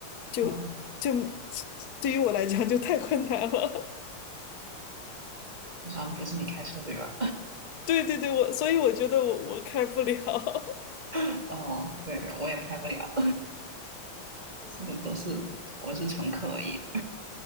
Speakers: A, on the left; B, on the right.
A: 就就
B: 哦，
A: 对于我来讲就太困难了。
B: 通常不是你开车对吧？
A: <laughs> 对对对，我所以我觉得我我开不了。
B: <laughs> 哦，对，我也开不了，
A: 嗯，
B: 这都是我是乘客而已。